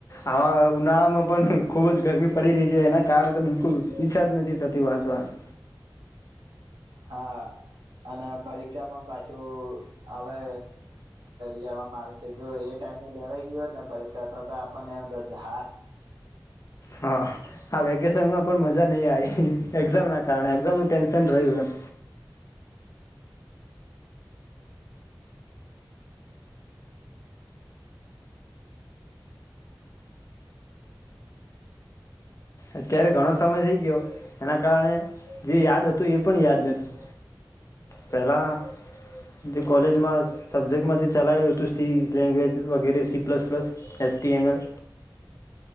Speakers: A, on the left; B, on the right.
A: આવા ઉનાળામાં પણ ખુબ જ ગરમી પડી રહી છે એના કારણે તો બિલકુ ઈચ્છા જ નથી થતી વાંચવાની.
B: હા અને પરીક્ષા પણ પાછું હવે લેવામાં આવે છે જો એ ટાઈમે લેવાઈ ગયયો હોત ને પરીક્ષા તો આપણને એમ હાસ
A: હા આ વેકેશનમાં પણ મજા નહી આવી એઝામ ના કારણે એામ ન ટેન્શન રહ્યું એમ. અત્યારે ઘણો સમય થઈ ગયો એના કારણે જે યાદ હતું એ પણ યાદ નથી પહેલા જે કોલેજમાં સબ્જેક્ટમાં જે ચલાવેલું હતું સી લેંગ્વેજ વગેરે C plus plus ST M L